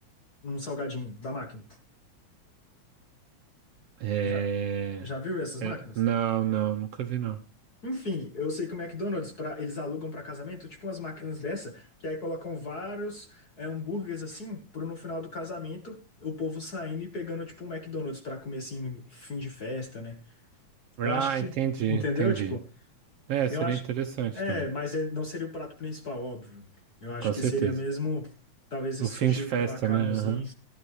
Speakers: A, on the left; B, on the right.
A: um salgadinho da máquina.
B: É...
A: Já, já viu essas
B: é,
A: máquinas?
B: Não, não, nunca vi, não.
A: Enfim, eu sei que o McDonald's, pra, eles alugam para casamento, tipo umas máquinas dessa, que aí colocam vários é, hambúrgueres assim, pro no final do casamento o povo saindo e pegando tipo um McDonald's para comer assim, fim de festa, né?
B: Ah,
A: Eu acho que,
B: entendi,
A: entendeu?
B: entendi.
A: Tipo,
B: É,
A: eu
B: seria
A: acho.
B: interessante
A: É,
B: também,
A: mas ele não seria o prato principal, óbvio. Eu acho
B: com
A: que
B: certeza.
A: seria mesmo, talvez, esse
B: O fim
A: sushi
B: de festa,
A: com macarrãozinho.
B: né? Aham.